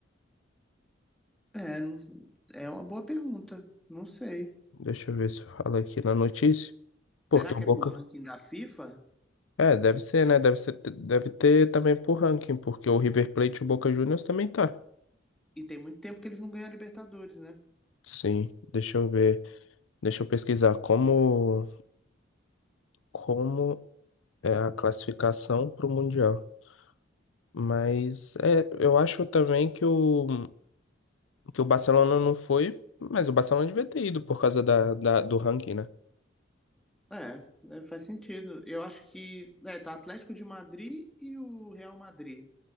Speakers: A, in the centre; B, on the left.
A: É, não- é uma boa pergunta. Não sei.
B: Deixa eu ver se fala aqui na notícia. Porque
A: Será que
B: o Boca.
A: é por ranking da FIFA?
B: É, deve ser, né? Deve ser, deve ter também por ranking, porque o River Plate e o Boca Juniors também tá.
A: E tem muito tempo que eles não ganham a Libertadores, né?
B: Sim, deixa eu ver. Deixa eu pesquisar como, como é a classificação para o Mundial. Mas é, eu acho também que o, que o Barcelona não foi, mas o Barcelona devia ter ido por causa da, da- do ranking, né?
A: É, é, faz sentido. Eu acho que é, tá Atlético de Madrid e o Real Madrid.